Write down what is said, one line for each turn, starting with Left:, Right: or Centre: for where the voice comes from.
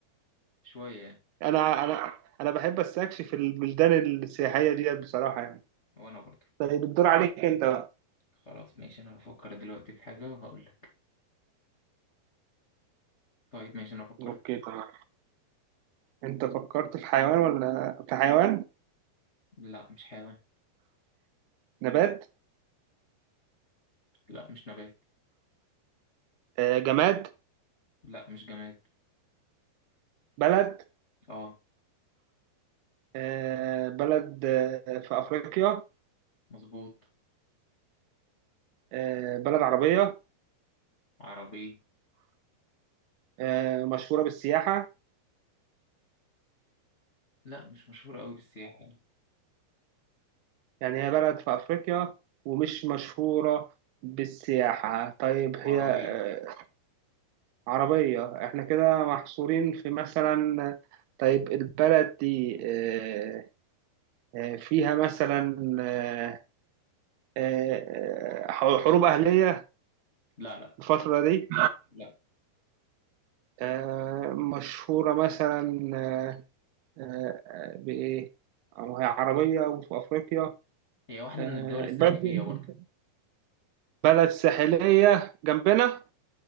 Left: شوية يعني
Right: انا انا انا بحب استكشف البلدان السياحية ديت بصراحة يعني
Left: وأنا برضه
Right: طيب الدور عليك انت بقى
Left: خلاص ماشي أنا هفكر دلوقتي في حاجة وهقول لك. طيب ماشي انا فكرت
Right: اوكي تمام انت فكرت في حيوان ولا في حيوان
Left: لا مش حيوان
Right: نبات
Left: لا مش نبات
Right: آه جماد
Left: لا مش جماد
Right: بلد
Left: اه
Right: آه بلد آه في افريقيا
Left: مظبوط
Right: آه بلد عربية
Left: عربية
Right: آه، مشهورة بالسياحة
Left: لا مش مشهورة قوي بالسياحة يعني.
Right: يعني هي بلد في أفريقيا ومش مشهورة بالسياحة طيب هي
Left: عربية
Right: آه، عربية احنا كده محصورين في مثلا طيب البلد دي آه، آه، فيها مثلا آه، آه، آه، حروب أهلية
Left: لا لا
Right: الفترة دي
Left: لا
Right: آه، مشهورة مثلا آه، آه، آه، بإيه؟ أو هي عربية وفي أفريقيا
Left: هي واحدة
Right: آه،
Left: من الدول
Right: البلد
Left: الساحلية برضه
Right: بلد ساحلية جنبنا